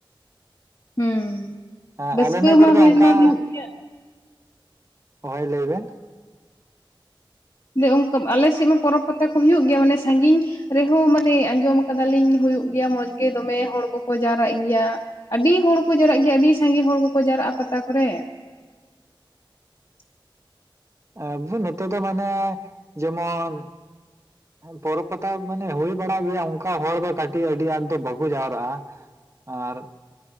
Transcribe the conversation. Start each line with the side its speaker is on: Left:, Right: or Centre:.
Left: ᱦᱮᱸ
Right: ᱟᱨ
Left: ᱨᱟᱹᱥᱠᱟᱹ
Right: ᱟᱞᱮ ᱱᱚᱣᱟ
Left: ᱢᱟ
Right: ᱠᱚᱨᱮ ᱫᱚ
Left: ᱦᱩᱭ
Right: ᱚᱱᱠᱟ
Left: ᱢᱟ ᱦᱩᱭᱩᱜ ᱜᱮᱭᱟ
Right: ᱦᱳᱭ ᱞᱟᱹᱭ ᱵᱮᱱ
Left: ᱚᱱᱠᱟ ᱟᱞᱮ ᱥᱮᱫ ᱢᱟ ᱯᱚᱨᱚᱵᱽ ᱯᱟᱛᱟ ᱠᱚ ᱦᱩᱭᱩᱜ ᱜᱮᱭᱟ ᱢᱟᱱᱮ ᱥᱟᱺᱜᱤᱧ ᱨᱮᱦᱚᱸ ᱢᱟᱱᱮ ᱟᱸᱡᱚᱢ ᱠᱟᱫᱟ ᱞᱤᱧ ᱦᱩᱭᱩᱜ ᱜᱮᱭᱟ ᱢᱚᱸᱡᱽ ᱜᱮ ᱫᱚᱢᱮ ᱦᱚᱲ ᱠᱚᱠᱚ ᱡᱟᱣᱨᱟᱜ ᱜᱮᱭᱟ ᱟᱹᱰᱤ ᱦᱚᱲ ᱠᱚ ᱡᱟᱣᱨᱟᱜ ᱜᱮᱭᱟ ᱟᱹᱰᱤ ᱥᱟᱸᱜᱮ ᱦᱚᱲ ᱠᱚ ᱠᱚ ᱡᱟᱣᱨᱟᱜᱼᱟ ᱯᱟᱛᱟ ᱠᱚᱨᱮ <inaudible>
Right: ᱟᱵᱚ ᱱᱚᱛᱮ ᱫᱚ ᱢᱟᱱᱮ ᱡᱮᱢᱚᱱ ᱯᱚᱨᱚᱵᱽ ᱯᱟᱛᱟ ᱢᱟᱱᱮ ᱦᱩᱭ ᱵᱟᱲᱟᱜ ᱜᱮᱭᱟ ᱚᱱᱠᱟ ᱦᱚᱲ ᱫᱚ ᱠᱟᱹᱴᱤᱡ ᱟᱹᱰᱤ ᱟᱸᱴ ᱫᱚ ᱵᱟᱠᱚ ᱡᱟᱣᱨᱟᱜᱼᱟ ᱟᱨ